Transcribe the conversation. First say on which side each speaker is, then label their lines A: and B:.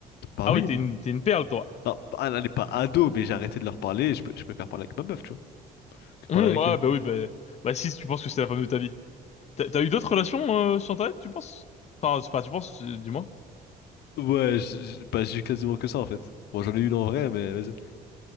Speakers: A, on the left (about 75°); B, on the left (about 40°).
A: Bah
B: Ah
A: oui.
B: oui, t'es une t'es une perle, toi.
A: Non, bah, elle n'est pas ado, mais j'ai arrêté de leur parler. et Je, peux- je préfère parler avec ma meuf, tu vois, que de
B: Hum,
A: parler avec
B: ouais,
A: eux.
B: bah oui, bah, bah si, tu penses que c'est la femme de ta vie. T'as t'as eu d'autres relations euh, sur Internet, tu penses? Enfin, c'est pas, tu penses, euh, dis-moi.
A: Ouais, je- je- bah, j'ai eu quasiment que ça en fait. Bon, j'en ai une en vrai, mais vas-y.